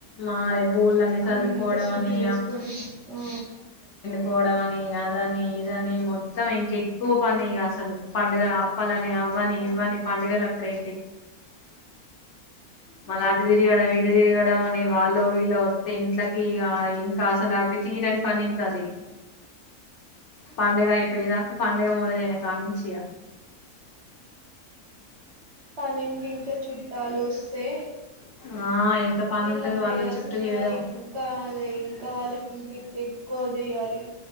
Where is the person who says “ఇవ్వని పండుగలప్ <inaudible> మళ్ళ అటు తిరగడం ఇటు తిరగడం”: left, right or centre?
Left